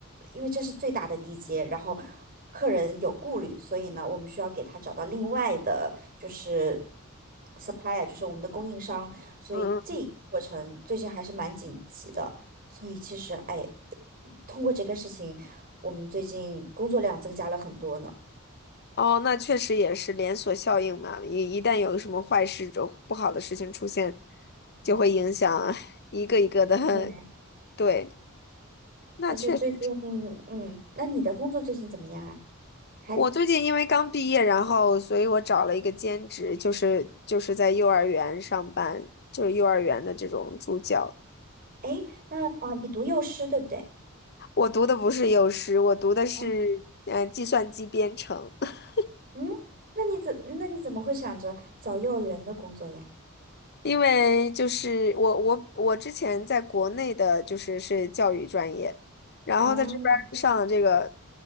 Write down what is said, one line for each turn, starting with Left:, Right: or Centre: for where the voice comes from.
Right: 因为这是最大的地接，然后客人有顾虑，所以呢，我们需要给他找到另外的就是 supplier，就是我们的供应商，所以这一个过程最近还是蛮紧急的。
Left: 嗯，嗯
Right: 所以其实，哎，通过这个事情，我们最近工作量增加了很多呢。
Left: 哦，那确实也是连锁效应嘛，一一旦有什么坏事、就，不好的事情出现，就会影响一个一个的。<laughs>
Right: 对，
Left: 对，那确实是
Right: 而且最近，嗯，那你的工作最近怎么样啊？还，
Left: 我最近因为刚毕业，然后所以我找了一个兼职，就是就是在幼儿园上班，就是幼儿园的这种助教。
Right: 哎，那啊，你读幼师对不对？
Left: 我读的不是幼师，我读的是呃计算机编程。
Right: 哦，
Left: <laughs>
Right: 嗯，那你怎那你怎么会想着找幼儿园的工作呀？
Left: 因为就是我我我之前在国内的就是是教育专业，然后在这边儿上了这个
Right: 啊，